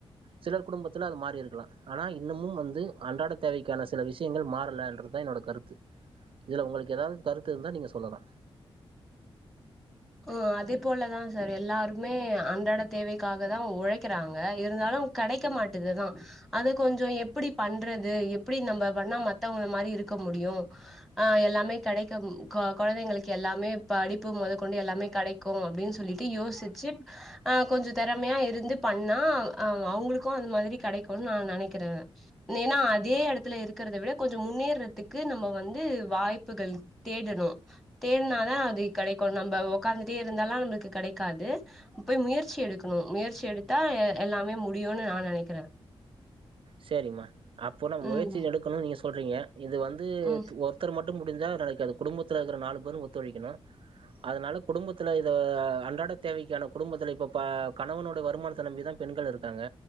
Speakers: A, on the right; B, in the centre.
A: சிலர் குடும்பத்தில அது மாறி இருக்கலா ஆனா இன்னமும் வந்து அன்றாட தேவைக்கான சில விஷியங்கள் மாறலன்றதா என்னோட கருத்து இதுல உங்களுக்கு எதாவது கருத்து இருந்தா நீங்க சொல்லலா
B: அ அதே போலதா சார் எல்லாருமே அன்றாட தேவைக்காகதா உழைக்கிறாங்க இருந்தாலு கெடைக்க மாட்டுதுதா அத கொஞ்சோ எப்படி பண்றது எப்படி நம்ம பண்ணா மத்தவங்க மாரி இருக்க முடியு அ எல்லாமே கெடைக்கும் கு குழந்தைங்களுக்கு எல்லாமே படிப்பு மொத கொண்டு எல்லாமே கடைக்கு அப்டின் சொல்லிட்டு யோசிச்சு ஆ கொஞ்சோ திறமையா இருந்து பண்ணா அ அவுங்களுக்கு அந்த மாதிரி கடைக்குன் நான நனைக்கிறே ஏனா அதே எடத்துல இருக்கிறதவிட கொஞ்சோ முன்னேறதுக்கு நம்ம வந்து வாய்ப்புகள் தேடணு தேட்னாதா அது கெடைக்கு நம்ப உக்காந்துட்டே இருந்தாலா நம்ப்ளுக்கு கெடைக்காது போய் முயற்சி எடுக்கணு முயற்சி எடுத்தா எ எல்லாமே முடியுனு நா நெனைக்கிறே
A: சரிம்மா அப்போ நா முயற்சி
B: ம்
A: எடுக்கணு நீங்க சொல்றீங்க இது வந்து
B: ம்
A: த் ஒரு த்தர் மட்டு முடிஞ்சா நடக்காது அது குடும்பத்துல இருக்கிற நாலு பேரு ஒத்துழைக்கிணு அதனால குடும்பத்தில இத அன்றாட தேவைக்கான குடும்பத்தில இப்போ ப கணவனோட வருமானத்த நம்பி தா பெண்கள் இருக்காங்க